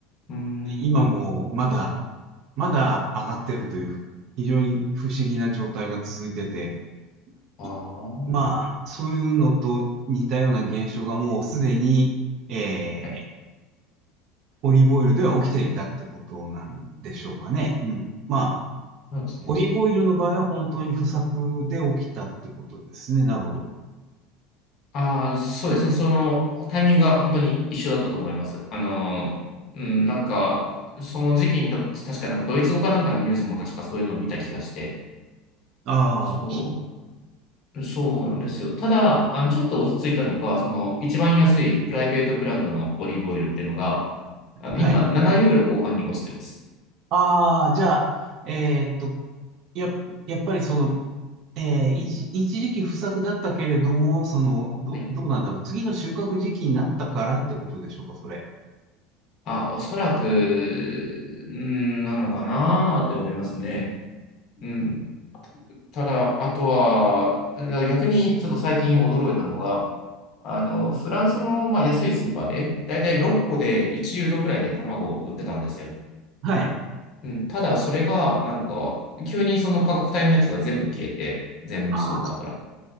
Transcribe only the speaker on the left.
ーん、
ああ、
は
い、
そうですね。
ああ、そうですね。その、タイミングが本当に一緒だったと思います。あの、うん、なんか、その時期にた、確かなんかドイツ語かなんかのニュースも確かそういうのを見た気がして、
そう。そうなんですよ。ただ、あの、ちょっと落ち着いたのが、その、一番安いプライベートブランドのオリーブオイルっていうのが、あの、
今、7ユーロ後半に落ちてます。
はい。
あ、おそらく、んーなのかなーって思いますね。うん。ただ、あとは、逆にちょっと最近驚いたのが、あの、フランスの、まあ、安いスーパーで、だいたい6個で1ユーロくらいで卵を売ってたんですよ。
うん、ただ、それが、なんか、急にその価格帯のやつが全部消えて、全部のスーパーから。